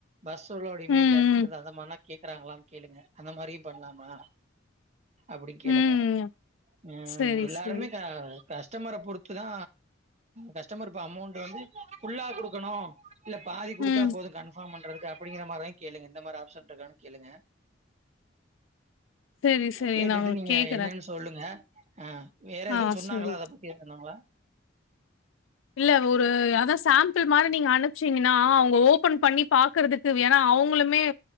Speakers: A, on the right; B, on the left.
A: பஸ் ஓட இமேஜ
B: ம்
A: ஆட் பண்றது அத மனக் கேக்கறாங்கல கேளுங்க அந்த மாரி பண்லாம்மா அப்டி
B: ம்
A: கேளுங்க
B: ம்
A: ம்
B: செரி
A: எல்லாருமே
B: செரி
A: தா கஸ்டமர பொறுத்து தா கஸ்டமர் ப்ப அமௌண்ட்டு வந்து ஃபுல்லா குடுக்கணும் இல்ல பாதி குடுத்தா
B: ம்
A: போதும் கன்ஃபாம் பண் உங்களுக்கு அப்டிங்கற மாரி கேளுங்க இந்த மாரி ஆப்ஷன்ட்‌ இருக்கனு கேளுங்க
B: செரி செரி
A: கேட்டுட்டு
B: நா
A: நீங்க
B: கேக்குறே
A: என்னன் சொல்லுங்க அ வேற எதுவு
B: ஆ
A: சொன்னாங்களா
B: செரி
A: இருக்கணுங்களா
B: இல்ல ஒரு அதா சாம்புள் மாரி நீங்க அனுப் சீங்கன்னா அவுங்க ஓப்பன் பண்ணி பாக்கறதுக்கு வேண அவுங்களுமே்